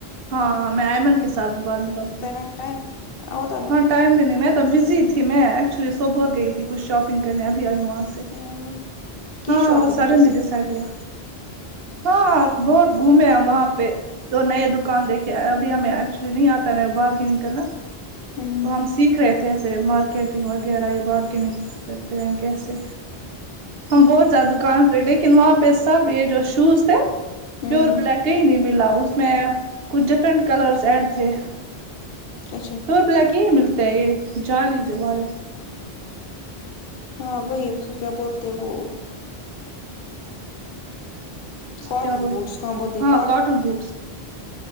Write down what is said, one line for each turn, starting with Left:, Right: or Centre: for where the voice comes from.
Right: ہاں میں ایئمن کے ساتھ بات میں کول
Left: ٹائم آتاہے
Right: ہاں ٹائم بھی نہیں میں تو بزی تھی میں ایکچولی صوبور گئی تھی کچھ شاپنگ کرنے ابھی آئی ہوں وہاں سے
Left: نا کی
Right: ہاں
Left: شاپنگ
Right: وہ سڈنلی
Left: اچھے سے
Right: ڈسائڈ ہوا ہاں بہت گھومے ہیں وہاں پہ تو نئے دکان دیکھے ابھی ہمیں ایکچولی نہیں آتا نہ بارگینگ کرنا
Left: ہمم
Right: تو ہم سیکھ رہے تھے ایسے مارکیٹنگ وغیرہ یا بارگیننگ کرتے ہیں کیسے ہم بہت زیادہ دکان تھ لیکن وہاں پہ سب یہ جو شوز تھے
Left: ہمم
Right: پیور بلیک کا ہی نہیں ملا اس میں کچھ ڈفرنٹ کلرس ایڈ تھے
Left: اچھا
Right: پیور بلیک ہی ملتا ہے یہ جالی والے
Left: ہاں وہی اس کو کیا بولتے وہ کاٹن
Right: کیا بولتے
Left: بوٹ جس کو ہم بولتے
Right: ہاں
Left: ہیں
Right: کاٹن بوٹس